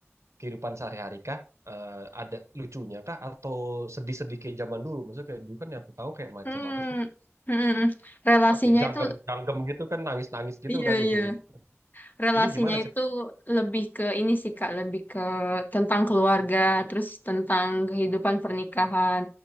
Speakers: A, on the right (about 80°); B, on the left (about 40°).
A: kehidupan sehari-hari kah? Eh, ada lucunya kah? Atau sedih-sedih kayak zaman dulu? Maksudnya kayak dulu kan yang aku tahu kayak macam
B: mm,
A: apa sih?
B: mm, mm. relasinya
A: Apa kayak janggem-janggem
B: itu
A: gitu kan, nangis-nangis gitu
B: iya
A: kan ujung.
B: iya. Relasinya
A: Ini gimana cerita?
B: itu lebih ke ini sih Kak, lebih ke tentang keluarga, terus tentang kehidupan pernikahan.